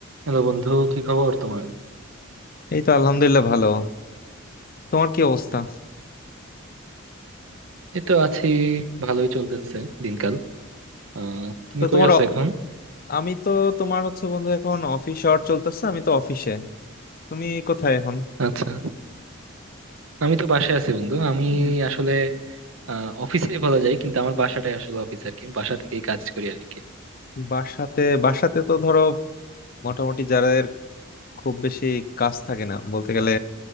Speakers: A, on the right; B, on the left.
A: Hello বন্ধু কি খবর তোমার
B: এই তো আলহামদুলিল্লাহ ভালো তোমার কি অবস্থা
A: এই তো আছি ভালোই চলতেছে দিনকাল আহ তুমি
B: তো
A: কই
B: তোমার
A: আছো
B: অ-
A: এখন
B: আমি তো তোমার হচ্ছে বন্ধু এখন অফিস আওয়ার চলতেছে আমি তো অফিসে তুমি কোথায় এখন
A: আচ্ছা আমি তো বাসায় আছি বন্ধু আমি
B: উম,
A: আসলে আহ অফিসে বলা যায় কিন্তু আমার বাসাটাই আসলে অফিস আর কি বাসা থেকেই কাজ করি আর কি
B: বাসাতে বাসাতে তো ধরো মোটামুটি যাদের খুব বেশি কাজ থাকে না বলতে গেলে